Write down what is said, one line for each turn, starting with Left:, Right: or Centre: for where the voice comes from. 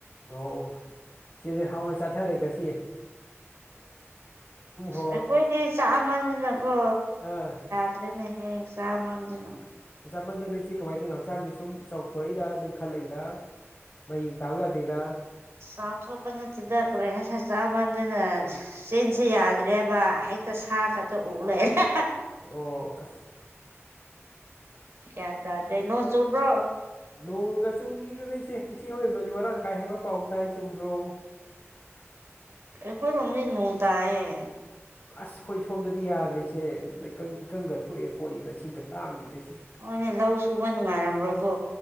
Left: ꯑꯣ ꯁꯤꯗ ꯍꯥꯎꯅ ꯆꯥꯊꯔꯦꯒꯁꯤ ꯍꯣ
Right: ꯑ ꯀꯣꯏꯗꯤ ꯆꯃꯗ ꯅ ꯀꯣ
Left: ꯑꯥ
Right: ꯆꯠꯇ꯭ꯔꯦꯅꯦ ꯍꯌꯦ ꯆꯥꯝ ꯃꯝꯗꯅ
Left: ꯆꯃꯟꯗꯅ ꯅ ꯏꯆꯦ ꯀꯃꯥꯏꯅ ꯇꯧꯔꯤꯅꯣ ꯍꯛꯆꯥꯡꯁꯦ ꯁꯨꯝ ꯆꯥꯎꯊꯣꯔꯛꯏꯔ ꯅꯣꯏ ꯈꯜꯂꯛꯏꯔ ꯃꯌꯦꯡ ꯇꯥꯕ ꯌꯥꯗ ꯖꯤꯔꯥ
Right: ꯆꯥꯎ ꯊꯣꯄꯟ ꯆꯗ ꯀ꯭ꯔꯦꯁ ꯆꯥ ꯃꯗꯅ ꯆꯤꯟꯁꯤ ꯌꯥꯗ꯭ꯔꯦꯕ ꯍꯦꯛꯇ ꯁꯥ ꯈꯛꯇ ꯎ ꯂꯩꯔꯦ
Left: ꯑꯣ ꯑꯁ
Right: ꯀꯦ ꯇꯗ꯭ꯔꯦ ꯅꯣ ꯆꯨꯕ꯭ꯔꯣ
Left: ꯅꯣꯡꯒ ꯆꯨꯗ ꯂꯩꯁꯦ ꯏꯆ ꯍꯣꯏꯔꯝꯗꯨꯅꯤ ꯃꯔꯥꯡ ꯀꯥꯏ ꯍꯦꯟꯕ ꯄꯥꯎ ꯇꯥꯏ ꯑꯩ ꯆꯨꯝꯕ꯭ꯔꯣ
Right: ꯑꯩꯈꯣꯏ ꯔꯣꯝꯁꯤ ꯅꯣꯡ ꯇꯥꯏꯌꯦ
Left: ꯑꯁ ꯑꯩꯈꯣꯏ ꯁꯣꯝꯗꯗꯤ ꯌꯥꯗ꯭ꯔꯔꯤꯁꯦ ꯂꯩꯀꯪ ꯏꯀꯪꯒ ꯊꯣꯛꯑꯦꯅ ꯄꯣꯠꯅꯤꯗ ꯏꯁꯤꯡꯒ ꯇꯥꯡꯉꯤꯗꯣꯏꯁꯦ
Right: ꯑꯣꯅꯦ ꯂꯧ ꯁꯨꯕ ꯅꯨꯡꯉꯥꯏꯔꯝꯔ‌ꯣꯏ ꯀꯣ